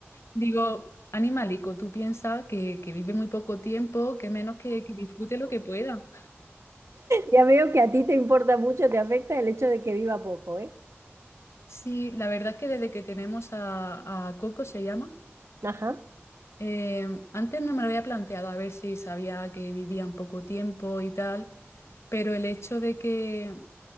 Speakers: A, on the left; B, on the right.
A: Digo, animalico, tú piensas que, que vive muy poco tiempo, que menos que, que disfrute lo que pueda.
B: Ya veo que a ti te importa mucho, te afecta el hecho de que viva poco, ¿eh?
A: Sí, la verdad es que desde que tenemos a, a Coco, se llama,
B: Ajá,
A: eh, antes no me lo había planteado a ver si sabía que vivían poco tiempo y tal, pero el hecho de que